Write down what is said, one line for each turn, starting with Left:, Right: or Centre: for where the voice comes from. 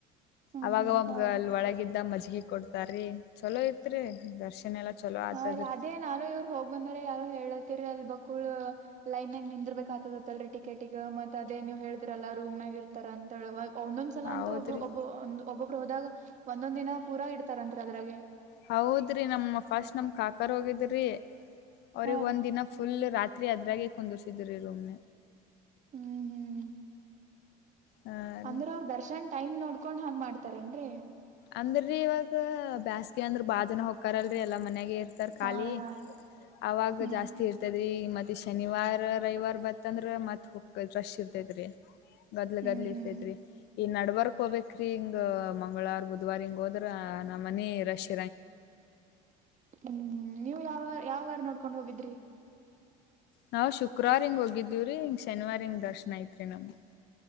Right: ಹ್ಮ್
Left: ಅವಾಗ
Right: ಹ್ಮ್
Left: ಒಬ್
Right: ಹಾ ರೀ
Left: ಅಲ್ಲಿ ಒಳಗಿದ್ದ ಮಜೆ ಹೀ ಕೊಡ್ತಾರೀ ಚಲೋ ಐತ್ರಿ ದರ್ಶನ್ ಎಲ್ಲಾ ಚಲೋ ಆತದ್ರಿ
Right: ಹ ರೀ ಅದೇ ನಾನು ಇವ್ರು ಹೋಗ್ ಬಂದ್ರ ಯಾರು ಹೇಳತ್ ತ್ತರಿ ಅಲ್ ಬಕ್ಕುಳ ಲೈನ್ಗನಿಂದರ್ಬೇಕ ಆತದತ್ತಲ್ರಿ ಟಿಕೆಟಿಗ ಮತ್ತತ್ ಅದೇ ನೀವ್ ಹೇಳಿದ್ರಲ್ಲಾ ರೂಮ್ನಾಗ ಇರ್ತಾರ ಅಂತ ಒಂದೊಂದ್ ಸಲ
Left: ಹೌದ್ರಿ
Right: ಅಂತೂ ಒಬಬ್ಬ ಒಂದು ಒಬ್ಬ ಹೋದಾಗ ಒಂದೊಂದ ದಿನ ಪೂರಾ ಇಡ್ತಾರತ್ರಿ ಅದ್ರಾಗೆ
Left: ಹೌದು ರೀ ನಮ್ ಫಾಸ್ಟ್ ನಮ್ ಕಾಕರ್ ಹೋಗಿದ್ರಿ ಅವ್ರಗ್
Right: ಹಾ ರೀ
Left: ಒಂದ್ ದಿನ ಫುಲ್ ರಾತ್ರಿ ಅದ್ರಾಗೆ ಕುಂದರ್ಸಿದ್ರಿ ರೂಮ್
Right: ಹ್ಮ್ ಹ್ಮ್
Left: ಹಾ
Right: ಅಂದ್ರ
Left: ರೀ
Right: ಅವ್ರ ದರ್ಶನ್ ಟೈಮ್ ನೋಡ್ಕೊಂಡ್ ಹಾಂಗ್ ಮಾಡ್ತಾರನ್ರರಿ
Left: ಅಂದ್ರೀ ಇವಾಗ ಬೇಸ್ಗೆ ಅಂದ್ರ ಬಾ ಜನ ಹಕ್ಕಾರಲ್ರಿ ಎಲ್ಲಾ ಮನ್ಯಾಗ ಇರ್ತಾರ ಖಾಲಿ
Right: ಹಾ ಹಾ
Left: ಅವಾಗ
Right: ಹ್ಮ್
Left: ಜಾಸ್ತಿ ಇರ್ತದ್ರಿ ಮತ್ತೆ ಶನಿವಾರ ರವಿವಾರ ಬ ಮತ್ತಂದ್ರ ಮತ್ ಹೋಗ್ರಶ ಇರ್ತೇದ್ರಿ ಗದ್ಲು
Right: ಹ್ಮ್
Left: ಗದ್
Right: ಹ್ಮ್
Left: ಇರ್ತೈತ್ರಿ ಈ ನಡು ವರ್ಕ್ ಹೋಗಬೇಕ್ರೀ ಹಿಂಗ ಮಂಗಳವಾರ ಬ ಬುದವಾರಿ ಹಂಗ ಹೋದ್ರ ನಮ್ಮ ಮನೆ ರಶ್ಮ
Right: ಹ್ಮ್ ಹ್ಮ್ ನೀವು ಯಾವ ಯಾವ ವಾರ ನೋಡ್ಕೊಂಡ್ ಹೋಗಿದ್ರಿ
Left: ನಾವ್ ಶುಕ್ರವಾರ್ ಹಿಂಗ್ ಹೋಗಿದ್ದೀವ್ರರಿ ಹಂಗ ಶನಿವಾರಂಗ ದರ್ಶನ ಐತ್ರಿ ನಮ್ಗೆ